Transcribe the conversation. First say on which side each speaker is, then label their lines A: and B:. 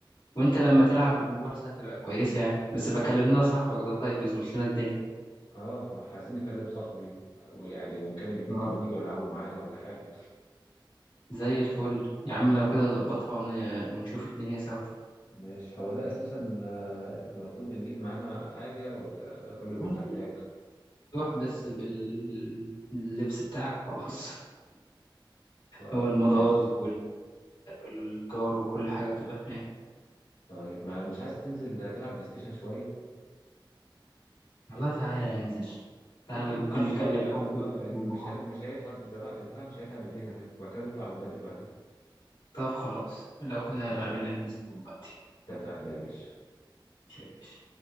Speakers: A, on the left; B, on the left.
A: وأنت لما تلعب بالممارسة هتبقى كويسة يعني بس بكلم لنا صاحبك ده طيب يظبط لنا الدنيا
B: اه احنا عايزين نكلم صاحبي ويعني ونكلم اتنين
A: آه.
B: كمان يجوا يلعبوا معانا ولا حاجة
A: زي الفل يا عم لو كده ظبطها ون- ونشوف الدنيا سوا
B: ماشي هو ده اساسا آه، المفروض بنجيب معانا حاجة ولا ده كله بيبقى
A: <laughs>
B: هناك
A: روح بس باللبس بتاعك خلاص
B: طيب
A: هو المضارب
B: ماشي
A: الجار وكل حاجة بتبقى هناك
B: طيب ما مش عايز تنزل تلعب بلاي ستيشن شوية
A: والله تعالى ننزل تعالى
B: ممكن
A: ممكن
B: نلعب
A: نكلم
B: شوية
A: حد
B: اه
A: من-
B: يعني مش
A: هنا.
B: هن... مش هيتعب الدراع الدراع مش هيتعب ايدينا يعني وبعد كده نطلع البدل بعدين
A: طب خلاص لو كده
B: اتفقنا
A: يلا بينا ننزل دلوقتي
B: اتفقنا يا باشا
A: يا باشا